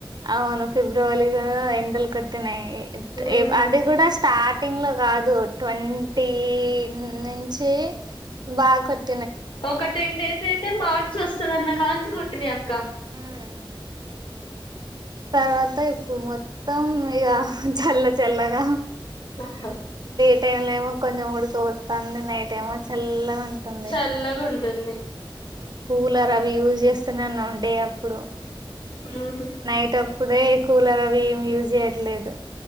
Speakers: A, on the right; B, on the left.
A: అవును ఫిబ్రవరిలో ఎండల్ కొట్ ట్టినై
B: ఉమ్
A: ఏ అది కూడా స్టార్ట్ ార్టింగ్ లో కాదు ట్వన్ టి నుంచి చి బ కొట్
B: ఒక టెన్ డేస్ అయితే మార్ ర్చ్ వస్తదన్నకంచి కొట్టినయక్క
A: ఉమ్. తర్వాత ఇప్పుడు మొత్తం ఇగ చల్ల చల్లగా
B: ఆహా
A: డే టైమ్ లో ఏమో కొంచెం ఉడికపోతంది నైట్ ఏమో చల్లగ ఉంటుంది
B: చల్లగా ఉంటుంది
A: మేము కూలర్ అవి యూజ్ చేస్ న్నమ్ డే అప్పుడు
B: ఉహు
A: నైట్ ఇప్పుడే కూలర్ అవి ఏం యూజ్ చేయట్లేదు